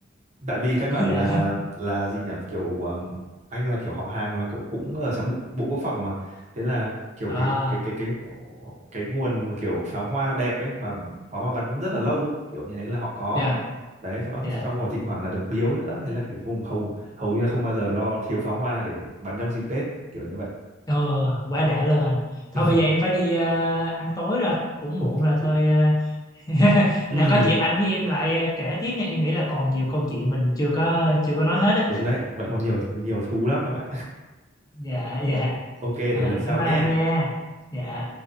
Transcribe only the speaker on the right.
tại vì căn
bản
là là gì nhỉ kiểu um, anh là kiểu họ hàng là kiểu cũng ở trong bộ, bộ quốc phòng mà thế là kiểu
cái cái cái cái ờ, cái nguồn mà kiểu pháo hoa đẹp ấy mà pháo hoa bắn rất là lâu ấy kiểu như thế là họ có
đấy xong
xong rồi thỉnh thoảng là được biếu nữa thế là kiểu vùng hầu hầu như là không bao giờ lo thiếu pháo hoa để bắn trong dịp Tết kiểu như vậy
<laughs>
ok
ừ,
đúng đấy vẫn còn nhiều nhiều thú lắm em ạ
<laughs> ok để
lần sau
nhé